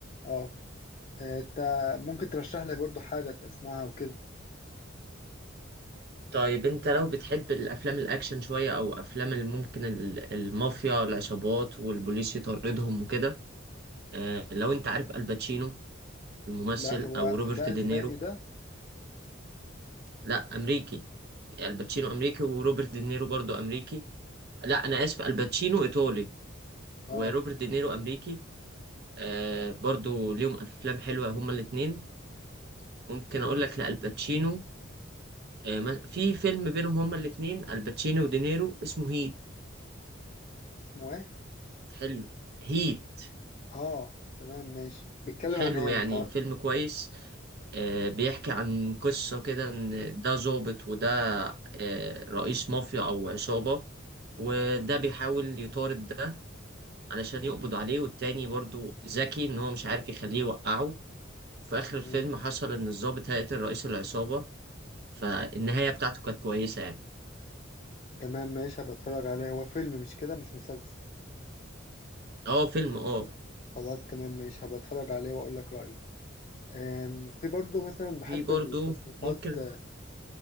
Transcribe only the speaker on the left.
اه آه، انت ممكن ترشح لي برضو حاجة اسمعها وكده
لا هو
ده
اسباني ده
اه
مم.
اسمه ايه
اه تمام ماشي بيتكلم
عن ايه
متع...
مم.
تمام ماشي هبقى اتفرج عليه هو فيلم مش كده مش مسلسل
خلاص تمام ماشي هبقى اتفرج عليه واقول لك رأيي آم، في برضو مثلا بحب
التصنيفات